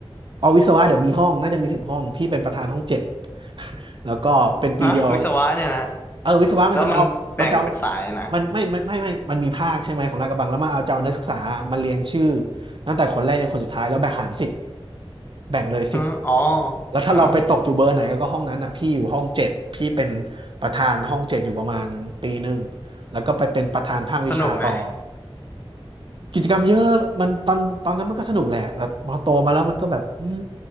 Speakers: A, on the right (about 55°); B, on the left (about 20°).
A: เอาวิศวะเดี๋ยวมีห้องน่าจะมีสิบห้องพี่เป็นประธานห้องเจ็ด <laughs> แล้วก็เป็นปีเดียว
B: ฮะวิศวะเนี่ยนะ
A: เออวิศวะมันจะไม่เอามันจะเอา
B: แล้วมันแบ่งเป็นสายนะ
A: มันไม่ไม่ไม่ไม่มันมีภาคใช่ไหมของลาดกระบังแล้วมาเอาจะเอานักศึกษามาเรียงชื่อตั้งแต่คนแรกยันคนสุดท้ายแล้วแบ่งหารสิบแบ่งเลยสิบ
B: ฮะอ๋อ
A: แล้วถ้าเราไปตกอยู่เบอร์ไหนก็ห้องนั้นอ่ะพี่อยู่ห้องเจ็ดพี่เป็น
B: เออ
A: ประธานห้องเจ็ดอยู่ประมาณปีหนึ่งแล้วก็ไปเป็นประธานภาควิชาต่อ
B: สนุกไหม
A: กิจกรรมเยอะมันตอนตอนนั้นมันก็สนุกแหละแต่พอโตมาแล้วมันก็แบบอืม